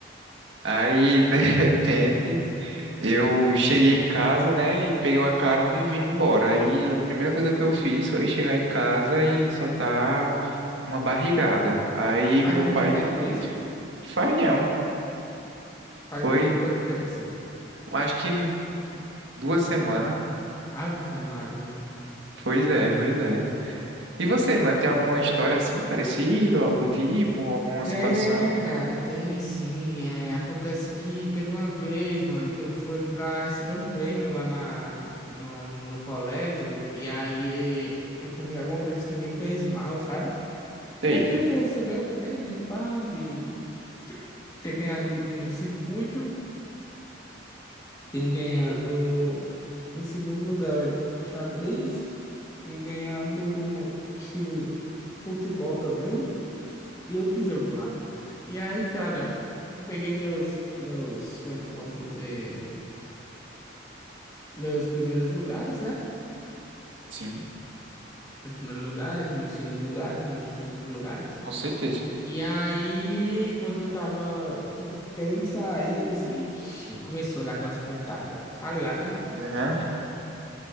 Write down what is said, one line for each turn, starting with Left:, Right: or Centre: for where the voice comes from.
Right: Aí de <laughs> repente. Eu cheguei em casa, né, e peguei uma carona e vim embora. Aí a primeira coisa que eu fiz foi chegar em casa e soltar uma barrigada. Aí
Left: Faz
Right: meu
Left: muito
Right: pai,
Left: tempo isso?
Right: faz não.
Left: Faz
Right: Foi,
Left: o quanto tempo assim?
Right: acho que em duas semanas.
Left: Ave Maria. mano.
Right: Pois é, pois é. E você, mano, tem alguma história assim, parecida, ou algo do tipo, alguma
Left: Tem,
Right: situação?
Left: cara, tem sim. É, acontece que teve uma vez, mano, que eu fui pra receber um prêmio lá na, no, no meu colégio e aí eu comi alguma coisa que me fez mal, sabe?
Right: Sei,
Left: E aí eu fui receber o prêmio, e pá, de ter ganhado um circuito, tinha ganhado em segundo lugar xadrez, tinha ganhado acho que futebol também e outro jogo lá. E aí, cara, eu peguei meus meus, como é que eu posso dizer, meus primeiros lugares, né?
Right: sim,
Left: Meus primeiros lugares, meus segundos lugares, meus terceiros lugares.
Right: com certeza.
Left: E aí, quando eu tava, tipo, querendo sair, eu disse, ixi, começou a dar aquelas pontadas. Tá ligado, né?
Right: Aham,